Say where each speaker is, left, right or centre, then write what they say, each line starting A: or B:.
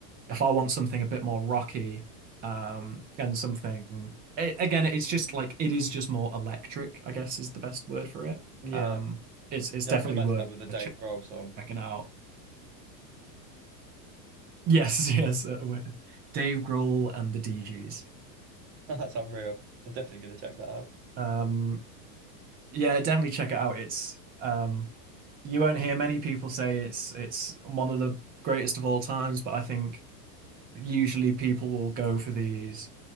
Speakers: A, on the right; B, on the right.
A: if I want something a bit more rocky, um, and something a- again, it's just like it is just more electric, I guess is the best word for it.
B: Yeah.
A: Um, it's it's
B: Yeah,
A: definitely
B: I can imagine
A: worth
B: that with the Dave Grohl song.
A: checking out. <laughs> Yes, yes, uh, Dave Grohl and the DGs.
B: <laughs> That's unreal. I'm definitely gonna check that out.
A: Um, yeah, definitely check it out. It's um, you won't hear many people say it's it's one of the greatest of all times, but I think usually people will go for these